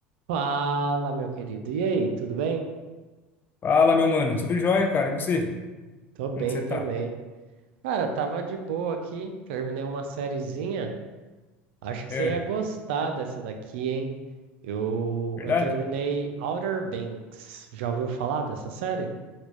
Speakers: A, on the right (about 75°); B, on the left (about 35°).
A: Fala, meu querido. E aí, tudo bem?
B: Fala, meu mano. Tudo jóia, cara? E você?
A: Tô bem
B: Como que você tá?
A: também. Cara, tava de boa aqui, terminei uma sériezinha. Acho que
B: É,
A: você ia gostar dessa daqui, hein? Eu,
B: verdade?
A: eu terminei Outer Banks. Já ouviu falar dessa série?